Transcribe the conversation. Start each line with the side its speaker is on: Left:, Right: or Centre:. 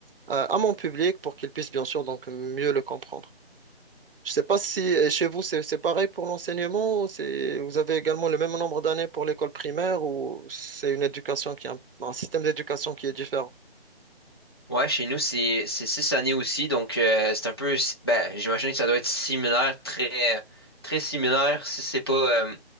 Right: à- à mon public pour qu'il puisse bien sûr donc mieux le comprendre. Je sais pas si euh, chez vous c'est c'est pareil pour l'enseignement, ou c'est vous avez également le même nombre d'années pour l'école primaire ou c'est une éducation qui est un, un système d'éducation qui est différent.
Left: Ouais, chez nous, c'est c'est six années aussi, donc euh, c'est un peu, si- ben, j'imagine que ça doit être similaire, très très similaire, si c'est pas euh,